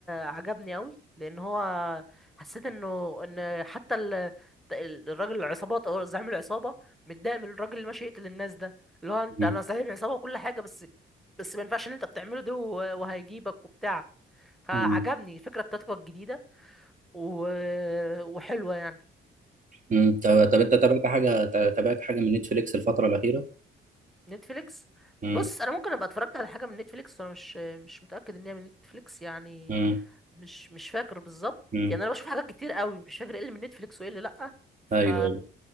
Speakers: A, in the centre; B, on the right.
A: عجبني قوي لان هو حسيت انه ان حتى ال... ال- الراجل العصابات او زعيم العصابه متضايق من الراجل اللي ماشي يقتل الناس ده اللي هو انت
B: مم.
A: انا صاحب عصابه وكل حاجه بس بس ما ينفعش اللي انت بتعمله ده و- وهيجيبك وبتاع فعجبني
B: مم.
A: الفكره بتاعتك الجديده و... وحلوه يعني
B: مم. طب طب أنت تابعت حاجة تابعت حاجة من نتفليكس الفترة الأخيرة؟
A: نتفليكس
B: مم.
A: بص انا ممكن ابقى اتفرجت على حاجه من نتفليكس وانا مش مش متاكد ان هي من نتفليكس يعني
B: مم.
A: مش مش فاكر بالظبط
B: مم.
A: يعني انا بشوف حاجات كتير قوي مش فاكر ايه اللي من نتفليكس وايه اللي لا ف
B: أيوه أيوه.